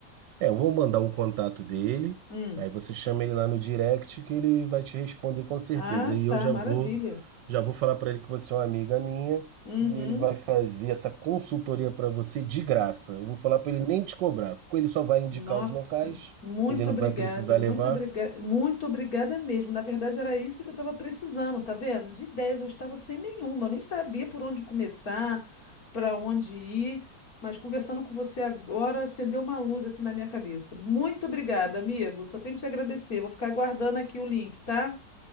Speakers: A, on the right; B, on the left.
A: É, eu vou mandar o contato dele,
B: Hum.
A: aí você chama ele lá no direct que ele vai te responder com certeza.
B: Ah,
A: E
B: tá,
A: eu já
B: maravilha.
A: vou, já vou falar para ele que você é uma amiga minha
B: Uhum.
A: e ele vai fazer essa consultoria para você de graça. Eu vou falar para ele nem te cobrar, porque ele só vai indicar
B: Nossa,
A: os locais,
B: muito
A: ele não
B: obrigada,
A: vai precisar
B: muito
A: levar.
B: obrigada, muito obrigada mesmo. Na verdade, era isso que eu estava precisando, tá vendo? De ideias, eu estava sem nenhuma, eu nem sabia por onde começar, para onde ir, mas conversando com você agora acendeu uma luz assim na minha cabeça. Muito obrigada, amigo. Só tenho que te agradecer. Vou ficar aguardando aqui o link, tá?